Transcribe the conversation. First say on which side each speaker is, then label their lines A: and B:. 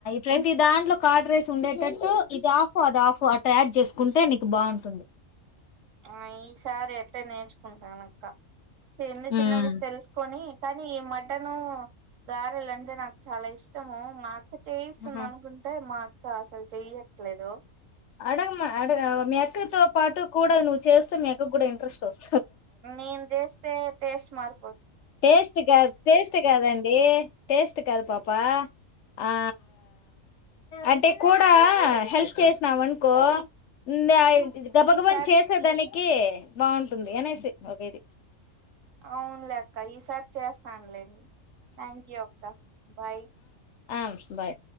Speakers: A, on the left; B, on the right.
A: ప్రతి దాంట్లో కాడ్ రైస్ ఉండేటట్టు ఇది ఆఫ్ అది ఆఫ్ అట్ యాడ్ చేసుకుంటే నీకు బావుంటుంది
B: ఆ ఈసారి అట్టే నేర్చుకుంటానక్క చిన్న చిన్నవి
A: ఉమ్
B: తెలుసుకొని కానీ ఈ మటను గారెలు అంటే నాకు చాలా ఇష్టము మాకు ఇ చేయిస్తుంది
A: ఆహా
B: అనుకుంటే మా కా అసలు చెయ్యట్లేదు
A: అడగమ్ అడ అవ్ మీ అక్కతో పాటు కూడా నువ్వు చేస్తే మీయ్యాకక్ కూడా ఇంట్రెస్ట్ వస్తు
B: నేను చేస్తే టేస్ట్ స్మార్
A: టేస్ట్ కా టేస్ట్ కాదండి టేస్ట్ కాదు పాప ఆ అంటే కూడా హెల్ప్ చేసినా వనుకో న ఇది గబగబని
B: ఈసారి
A: చేసే
B: ఈ
A: దానికి బాగుంటుంది అనేసి ఒకిది
B: అవునులే అక్క ఈసారి చేస్తానులేం థ్యాంక్ యూ అక్క బాయ్
A: ఆమ్ బాయ్